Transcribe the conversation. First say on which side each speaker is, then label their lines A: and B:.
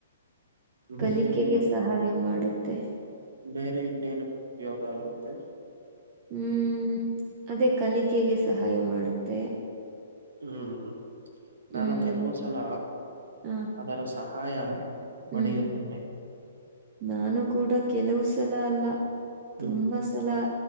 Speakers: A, on the right; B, on the right.
A: ಕಲಿಕೆಗೆ
B: ಬೇರೆ ಏನಕ್
A: ಸಹಾಯ ಮಾಡುತ್ತೆ
B: ಬೇರೆ ಇನ್ನೇನ ಉಪಯೋಗ ಆಗುತ್ತೆ
A: ಹ್ಮ್ ಅದೇ ಕಲಿಕೆಗೆ ಸಹಾಯ ಮಾಡುತ್ತೆ
B: ಹ್ಮ್ ಹ್ಮ
A: ಹ್ಮ್
B: ನಾನು ಕೆಲವು ಸಲ
A: ಹ
B: ಅದರ ಸಹಾಯ
A: ಹ್ಮ್
B: ಬಡಿ ಉತ್ತದೆ
A: ನಾನು ಕೂಡ ಕೆಲವು ಸಲ ಅಲ್ಲ ತುಂಬಾ
B: ಹ್ಮ್
A: ಸಲ